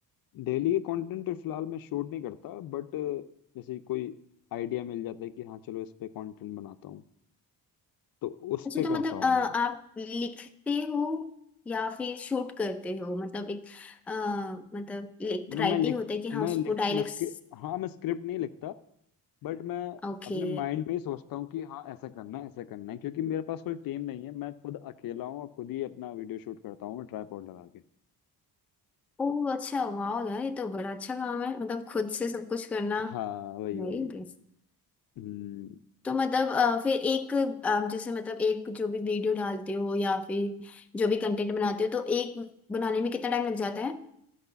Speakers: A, on the left (about 60°); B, in the centre.
A: डेली के कंटेंट तो फिलहाल मैं शूट नहीं करता बट जैसे कोई आइडिया मिल जाता है कि हाँ चलो इस पे कंटेंट बनाता हूँ तो उस
B: अच्छा
A: पे
B: तो मतलब
A: करता हूँ
B: अ, आप
A: मैं
B: लिखते हो या फिर शूट करते हो मतलब एक अ, मतलब एक
A: मैं
B: राइटिंग
A: मैं लिख
B: होता है कि हाँ
A: मैं
B: उसको
A: लिख
B: डायलॉग्स
A: मैं स्क्रिप्ट हाँ मैं स्क्रिप्ट नहीं लिखता बट मैं
B: ओके
A: अपने माइंड में ही सोचता हूँ कि हाँ ऐसा करना है ऐसा करना है क्योंकि मेरे पास कोई टीम नहीं है मैं खुद अकेला हूँ और खुद ही अपना वीडियो शूट करता हूँ मैं ट्राईपॉड लगा के
B: ओ अच्छा वाह यार ये तो बड़ा अच्छा काम है मतलब खुद से सब कुछ करना
A: हाँ वही
B: Very
A: वही
B: Impress
A: हम्म,
B: तो मतलब अ, फिर एक अ, जैसे मतलब एक जो भी वीडियो डालते हो या फिर जो भी कंटेंट बनाते हो तो एक बनाने में कितना टाइम लग जाता है